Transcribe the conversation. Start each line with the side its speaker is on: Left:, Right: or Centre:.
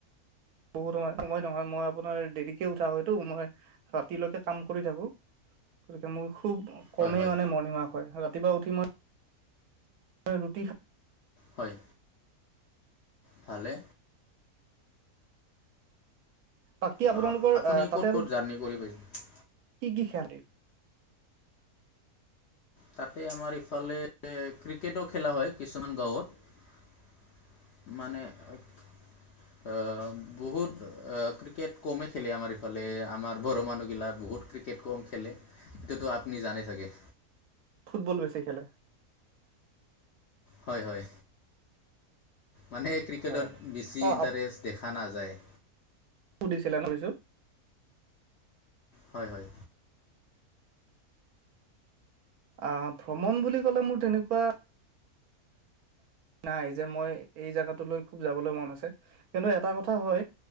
Right: বহুত সময় নহয় নহয় মই আপোনাৰ দেৰিকে উঠা হয়টো মই ৰাতিলেকে কাম কৰি থাকো গতিকে মোৰ খুব
Left: হয়
Right: কমেই
Left: হয়
Right: মানে মৰ্ণিং ৱাক হয় ৰাতিপুৱা উঠি মই আ ৰুটি
Left: হয় ভালে
Right: বাকী আপোনালোকৰ
Left: অ আপুনি
Right: আহ তাতে
Left: ক'ত
Right: আৰু
Left: ক'ত জাৰ্ণি কৰি পাইছে
Right: কি কি খ্যাতি?
Left: তাতে আমাৰ ইফালে ক্ৰিকেটো খেলা হয় কিছুমান গাঁৱত। মানে অ', বহুত অ', ক্ৰিকেট কমে খেলে আমাৰ ইফালে আমাৰ ঘৰৰ মানুহগিলাক। বহুত ক্ৰিকেট কম খেলে সেটো আপুনি জানে চাগে।
Right: ফুটবল বেছি খেলে।
Left: হয়, হয়। মানে ক্ৰিকেটত
Right: হয়
Left: বেছি
Right: অ
Left: ইণ্টাৰেষ্ট দেখা নাযায়।
Right: সুধিছিলা নৰিছো
Left: হয়, হয়।
Right: অ', ভ্ৰমণ বুলি ক'লে মোৰ তেনেকুৱা নাই যে মই এই জোগাটো লৈ খুব যাবলৈ মন আছে কিন্তু এটা কথা হয়।